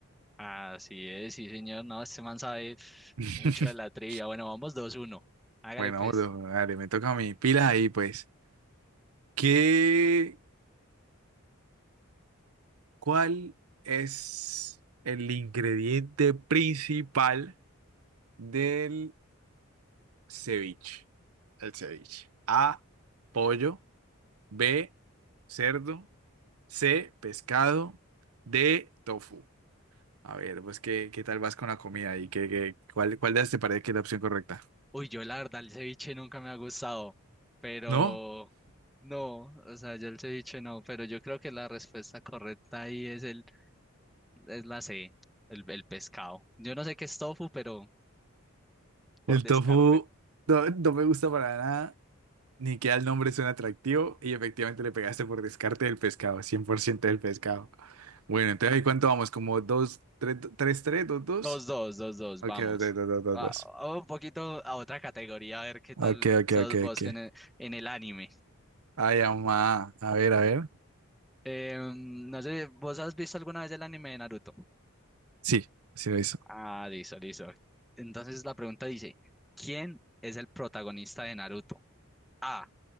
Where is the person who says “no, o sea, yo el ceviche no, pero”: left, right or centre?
Centre